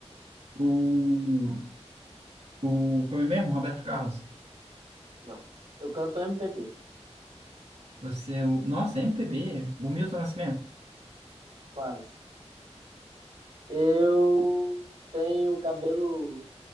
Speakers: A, on the right; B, on the right.
A: O, o como é mesmo, Roberto Carlos?
B: Não, eu canto MPB,
A: Você, é o, nossa, MPB, o Milton Nascimento.
B: quase. Eu tenho cabelo